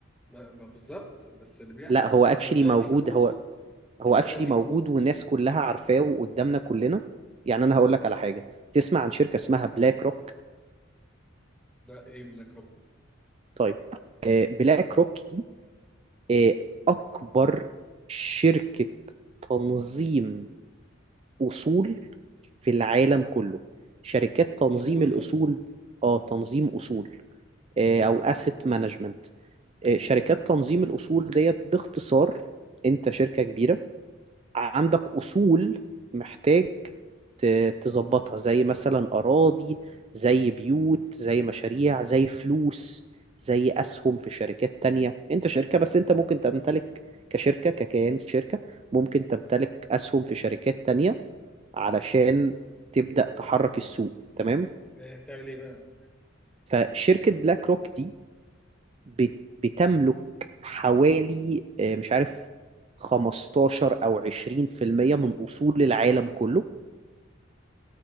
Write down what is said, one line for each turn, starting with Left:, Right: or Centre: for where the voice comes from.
Centre: ب- ب- بالظبط بس اللي بيحصل
Right: لا هو اكشلي
Centre: لما تلاقي
Right: موجود
Centre: فيه كروت
Right: هو هو
Centre: لما
Right: اكشلي
Centre: تلاقي فيك
Right: موجود
Centre: روت
Right: والناس كلها عارفاه وقدامنا كلنا يعني انا هقول لك على حاجة تسمع عن شركة اسمها بلاك روك
Centre: لا ايه لك ركن
Right: طيب بلاك روك دي آه، أكبر شركة تنظيم أصول في العالم كله شركات تنظيم
Centre: اصول
Right: الأصول آه تنظيم أصول آه،
Centre: مم.
Right: أو asset management آه، شركات تنظيم الأصول ديت باختصار أنت شركة كبيرة عندك أصول محتاج ت- تظبطها زي مثلا أراضي زي بيوت زي مشاريع زي فلوس زي أسهم في شركات تانية أنت شركة بس أنت ممكن تمتلك كشركة ككيان شركة ممكن تمتلك أسهم في شركات تانية علشان تبدأ تحرك السوق تمام
Centre: إيه بتعمل ايه بقى
Right: فشركة بلاك روك دي بت- بتملك حوالي آه، مش عارف 15 أو 20% من أصول العالم كله